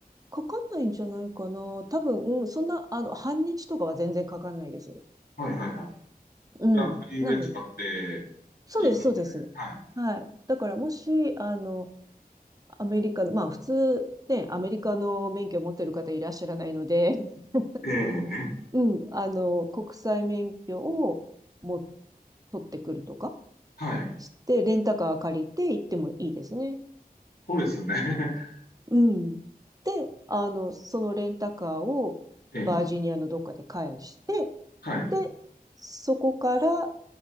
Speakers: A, on the right; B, on the left.
A: かかんないんじゃないかな。多分、うん、そんな、あの、半日とかは全然かかんないです。
B: い、はい、はい。
A: うん。
B: じゃあ、フリーウェイ使って
A: なの、そうです、
B: いい感じで。
A: そうです。
B: はい。
A: はい。だからもし、あの、アメリカの、まあ普通、ね、アメリカの免許を持ってる方いらっしゃらないので、<laughs>
B: ええ、
A: うん、あの、国際免許をも、取ってくるとか
B: はい。
A: して、レンタカー借りて行ってもいいですね。
B: そうですね。<laughs>
A: うん。で、あの、そのレンタカーをバージニアのどっかで返して、
B: ええ、はい。
A: で、そこから、